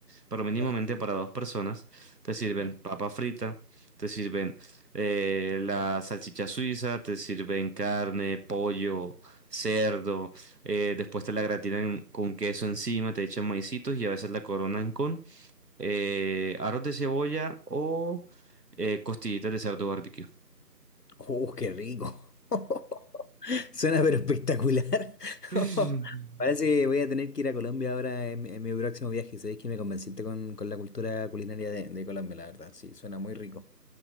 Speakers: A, on the right; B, on the left.
A: Pero mínimamente
B: Ya,
A: para dos personas te sirven
B: ya.
A: papa frita, te sirven eh, la salchicha suiza, te sirven carne, pollo, cerdo. eh, después te la gratinan con queso encima, te echan maicitos y a veces la coronan con eh, arroz de cebolla o eh, costillitas de cerdo barbecue.
B: ¡Uh, qué rico! <laughs> Suena pero espectacular.
A: <laughs>
B: <laughs> Parece que voy a tener que ir a Colombia ahora en, en mi próximo viaje. Sabéis que me convenciste con, con la cultura culinaria de, de Colombia, la verdad. Sí, suena muy rico.